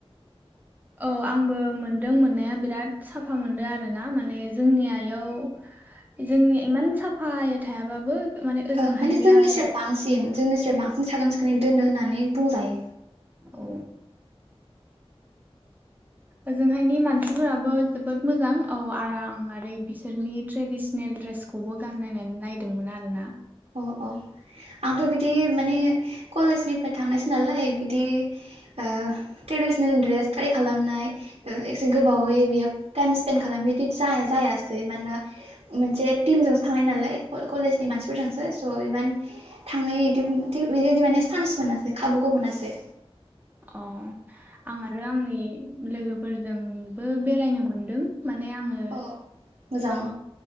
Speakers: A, on the right; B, on the right.
A: औ आंबो मोनदों मोननाया बिराद साफा मोनदो आरो। ना माने जोंनिया याव जोंनि इमान साफायै थायाबाबो माने ओजोंहायनिया
B: ओ माने जोंनिस्राय
A: बिराद
B: बांसिन जोंनिस्राय बांसिन साखोन सिखोनै दोनो होनना नानै बुंजायो।
A: औ ओजोंहायनि मानसिफोराबो जोबोद मोजां औ आराम आरै बिसोरनि ट्रेडिसेनेल ड्रेसखौबो गाननायनानै नायदोंमोन आरो ना।
B: अ अ आंथ' बिदि माने कलेजनिफ्राय थांनायसो नालाय बिदि ओ ट्रेडिसनेल ड्रेस ट्राइ खालामनाय ओ एसे गोबावै बेयाव टाइम स्पेन्ड खालामनाय बिदि जाया जायासै मानोना मोनसे टिमजोंसो थांनाय नालाय कलेजनि मानसि फोरजोंसो स' इमान थांनाय इदि बिदि-बिदि माने चान्स मोनासै खाबुखौ मोनासै।
A: अ आं आरो आंनि लोगोफोरजोंबो बेरायनो मोनदों। माने आङो
B: औ मोजां
A: अ